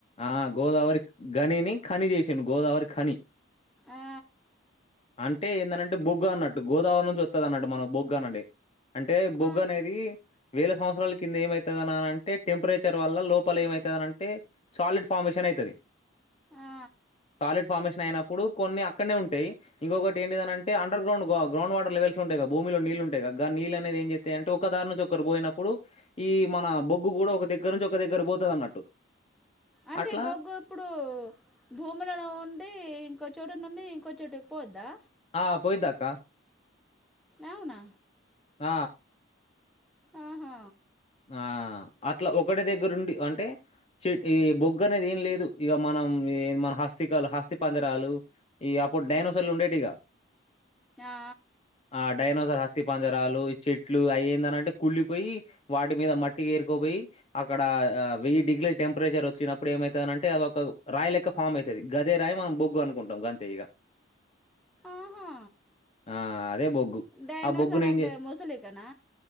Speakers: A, on the left (about 30°); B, in the centre.
A: ఆ గోదావరి గనిని ఖని చేసిండు గోదావరి ఖని
B: ఆ,
A: అంటే ఏందంటే బొగ్గు అన్నట్టు గోదావరి నుంచి వస్తుంది అన్నట్టు మనకు బొగ్గ అనేని అంటే బొగ్గు
B: ఆ,
A: అనేది వేల సంవత్సాల కింద ఏమైతది నాన్న అంట టెపేచర్ వల్ల లోపల ఏమై అంటే సాలిడ్ ఫార్మేషన్ అయితది
B: ఆ.
A: సాలిడ్ ఫార్మేషన్ అయినప్పుడు కొన్ని అక్కడనే ఉంటాయి ఇంకొకటి ఏంటిదంటే అండర్గ్రౌండ్ గ్రౌండ్ వాటర్ లెవెల్స్ ఉంటాయి భూమిలో నీళ్లు ఉంటాయిగా నీళ్ళ అనేది ఏం చెత్తయ్ అంటే ఒక దారి నుంచి ఒకరు పోయినప్పుడు ఈ మన బొగ్గు కూడా ఒక దగ్గర నుంచి ఒక దగ్గర పోతుంది అన్నట్టు
B: అంటే
A: అట్లా
B: బొగ్గు ఇప్పుడు భూములలో ఉండి ఇంకొచ్చ చోట నుండి ఇంకోచోటక పోద్దా
A: ఆ పోయిదాకా
B: అవునా
A: ఆ
B: ఆహా
A: ఆ అట్లా ఒకటి దగ్గరు ఉండి అంటే చె ఈ బొగ్గు అనేది ఏం లేదు ఇక మనం మన హస్తికాలు హస్తి పజరాలు ఈ అప్పుడు డైనోసర్లు ఉండేవిక
B: ఆ,
A: ఆ డైనోసర్ హక్తి పంజరాలు చెట్లు అవి ఏందనింటే కుళ్ళిపోయి వాటి మీద మట్టికి ఏరుకోపోయి అక్కడ వెయ్యి డిగ్రీల టెంపరేచర్ వచ్చినప్పుడు ఏమైతుందంటే అది ఒక రాయి లెక్క ఫామ్ అవుతుంది గదే రాయి మనం బొగ్గు అనుకుంటాం గదే ఈగ
B: ఆహా
A: ఆ దే బొగ్గు
B: డైనోసార్
A: ఆ బొగ్గును ఏం
B: అంటే
A: చే
B: ముసలికనా